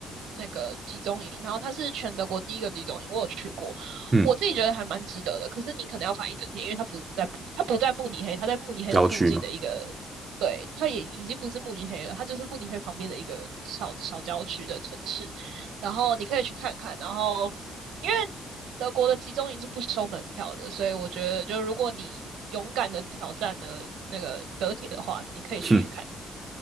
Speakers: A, on the right; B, on the right.
A: 那个集中营，然后它是全德国第一个集中营，我有去过，
B: 嗯，
A: 我自己觉得还蛮值得的。可是你可能要排一整天，因为它不在它不在慕尼黑，它在慕尼黑的附近的一个对，
B: 郊区嘛，
A: 它也已经不是慕尼黑了，它就是慕尼黑旁边的一个小小郊区的城市。然后你可以去看看。然后，因为德国的集中营是不收门票的，所以我觉得，就如果你勇敢的挑战了那个德铁的话，你可以去去看。
B: 哼，